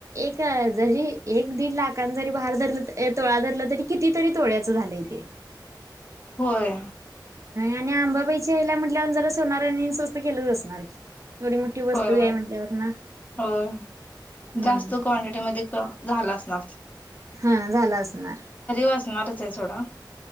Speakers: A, on the right; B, on the left.
A: एक जरी एक दीड लाखांन जरी भार धरलं तोळा धरलं तरी किती तरी तोळ्याच झालंय ते.
B: होय.
A: आणि आंबाबाईच्या हेला म्हटल्यावर जरा सोनारांनी स्वस्त केलंच असणार की. एवढी मोठी वस्तू
B: होय, मग
A: आहे म्हटल्यावर ना
B: होय
A: हम्म
B: जास्त क्वांटिटीमध्ये झालं असणार ते.
A: हा झाला असणार.
B: असणारच सोडा.